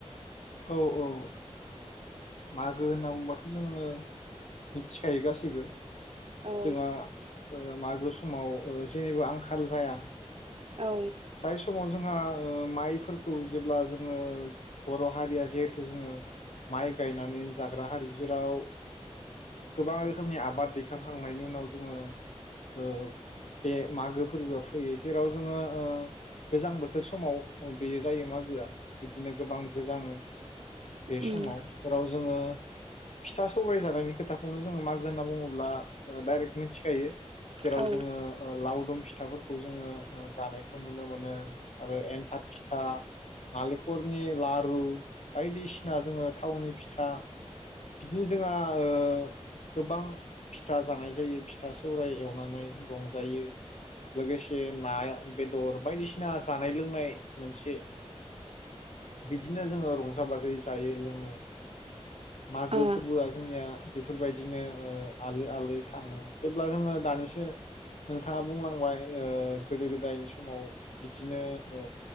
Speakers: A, on the left (about 75°); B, on the right (about 55°).
A: औ औ ओ मागो होनना बुंबाथ' जोङो मिथिखायो गासैबो।
B: औ
A: जोंहा ओ मागो समाव ओ जेनिबो आंखाल जाया।
B: औ
A: जाय समाव जों ओ माइफोरखौ जेब्ला जोङो बर हारिया जिहेथु जोङो माइ गायनानैनो जाग्रा हारि जेराव गोबां रोखोमनि आबाद दैखांखांनायनि उनाव जोङो ओ बे मागो फोरबोआ फैयो जेराव जोङो ओ गोजां बोथोर समाव बेयो जायो मागोआ बिदिनो गोबां गोजांङो बे
B: उम
A: समाव जेराव जोङो फिथा सौराय जानायनि खोथाखौनो जोङो मागो होनना बुङोब्ला ओ डाइरेक मिथिखायो जेराव
B: औ
A: जोङो ओ लाउ दुम फिथाफोरखौ जोङो ओ जानायखौ नुनो मोनो आरो एन्थाब फिथा नालेंखरनि लारु ओ बायदिसिना जोङो थावनि फिथा बिदिनो जोंहा ओ गोबां फिथा जानाय जायो फिथा सौराय एवनानै रंजायो लोगोसे ना बेदर बायदिसिना जानाय लोंनाय मोनसे बिदिनो जोंङो रंजा बाजायै जायो लोङो । मागो
B: ओ
A: फोर्बो आ जोंनिया बेफोरबायदिनो ओ आलो आलो थाङो जेब्ला जोङो दानिसो नोंथाङा बुंलांबाय ओ गोदो गोदायनि समाव बिदिनो ओ